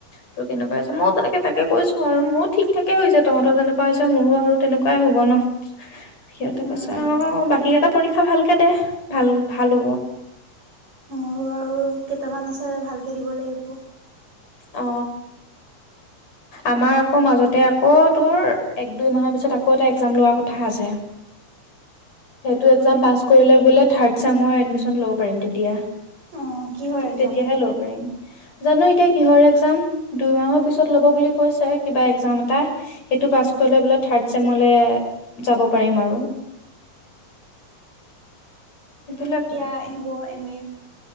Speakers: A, on the left; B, on the right.
A: তোৰ কেনেকুৱা হৈছে মইও তেনেকে তাকে কৈছোঁ আৰু মোৰো থিক থাকে হৈছে তহঁতৰ যেনেকুৱা হৈছে মোৰো আৰু তেনেকুৱাই হ'ব ন সিহতে।
B: উম,
A: অ
B: তাকে।
A: বাকীকেইটা পৰীক্ষা ভাল। তাকে দে ভাল ভাল হ'ব।
B: মোৰো আৰু কেইটামান আছে ভালকে দিব লাগিব।
A: অ আমাৰ আকৌ মাজতে আকৌ তোৰ এক দুই মাহৰ পিছত আকৌ এটা একজাম লোৱাৰ কথা আছে। সেইটো একজাম পাছ কৰিলে বোলে থাৰ্ড চেমৰ এডমিশন ল'ব পাৰিম তেতিয়া।
B: অ' কিহৰ এক্সাম?
A: তেতিয়াহে ল'ব পাৰিম। জানো এতিয়া কিহৰ একজাম দুইমাহৰ পিছত ল'ব বুলি কৈছে কিবা একজাম এটা। সেইটো
B: উম,
A: পাছ কৰিলে বোলে থাৰ্ত চেমলে যাব পাৰিম আৰু। সেইবিলাকে
B: কিয় আহিব এ‌ মে